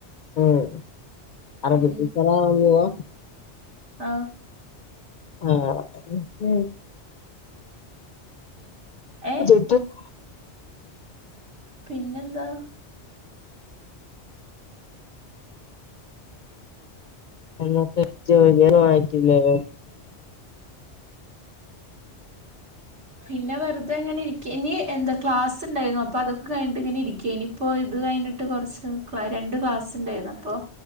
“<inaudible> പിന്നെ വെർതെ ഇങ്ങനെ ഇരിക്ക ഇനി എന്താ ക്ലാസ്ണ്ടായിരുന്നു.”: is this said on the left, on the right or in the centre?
Right